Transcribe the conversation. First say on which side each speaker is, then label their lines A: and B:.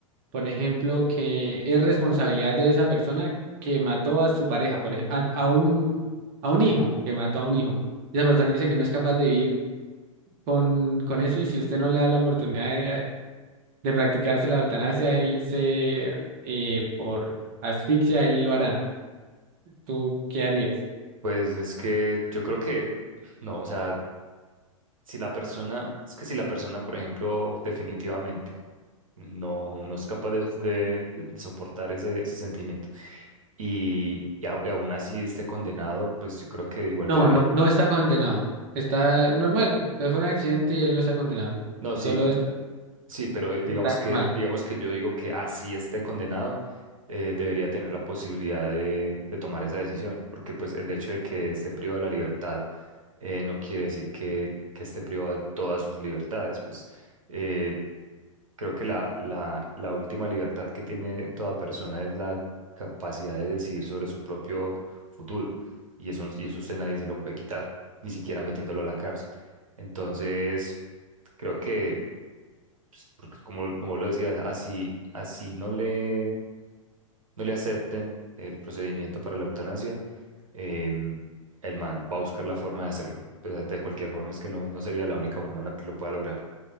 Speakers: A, on the right; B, on the right.
A: por ejemplo, que es responsabilidad de esa persona que mató a su pareja, por ejemplo, a, a un, a un hijo, que mató a un hijo. Esa persona dice que no es capaz de vivir con, con eso y si usted no le da la oportunidad de, de practicarse la eutanasia, él se, eh, por asfixia, él lo hará. ¿Tú qué harías?
B: pues es que yo creo que no, o sea... si la persona, es que si la persona, por ejemplo, definitivamente no, no es capaz de, de- de- de soportar ese, ese sentimiento y, y au- y aún así esté condenado, pues yo creo que igual
A: No,
B: debería,
A: no, no está condenado. Está normal, pues fue un accidente y él no está condenado.
B: no, sí,
A: Solo está,
B: sí, pero eh, digamos
A: está
B: que,
A: normal.
B: digamos que yo digo que así esté condenado, eh, debería tener la posibilidad de, de tomar esa decisión, porque pues el hecho de que esté privado de la libertad eh, no quiere decir que, que esté privado de todas sus libertades, pues eh, Creo que la, la, la última libertad que tiene toda persona es la capacidad de decidir sobre su propio futuro. Y eso, y eso usted nadie se lo puede quitar, ni siquiera metiéndolo a la cárcel. Entonces, creo que, pues, porque como, como lo decías así, así no le, no le acepten el procedimiento para la eutanasia, em, el man va a buscar la forma de hacerlo. Pues, de cualquier forma, es que no, no sería la única forma en la que lo pueda lograr.